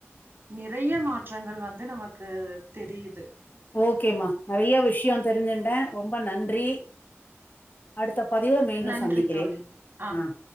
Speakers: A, on the right; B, on the left.
A: நிறைய மாற்றங்கள் வந்து நமக்கு தெரியிது
B: ஓகேமா நெறையா வி விஷயோ தெரிஞ்சுன்டே ரொம்ப நன்றி அடுத்த பத் திவ மீண்டும்
A: நன்றி
B: சந்திக்கிறே
A: தோழி ஆ
B: ஆஹ்